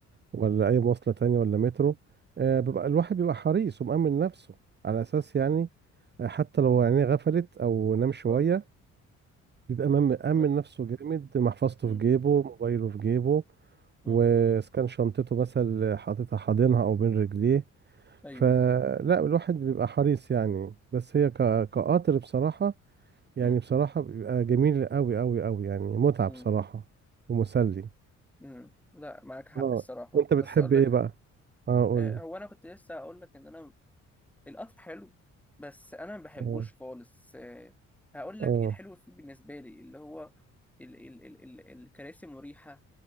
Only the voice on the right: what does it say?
ولا أي مواصلة تانية ولا مترو آه بيبقى
الواحد بيبقى حريص ومأمن نفسه على أساس يعني آه، حتى لو عينيه غفلت أو نام شوية
بيبقى مأمن مأمن
نفسه جامد محفظته
في جيبه موبايله في جيبه
وإذا كان شنطته مثلا حاططها حاضنها أو بين رجليه
فلا الواحد بيبقى حريص يعني بس هي ك- كقطر بصراحة يعني
بصراحة بيبقى جميل قوي قوي قوي يعني متعة
بصراحة ومسلي
اه
انت بتحب
ايه بقى اه قول
لي
اه
اه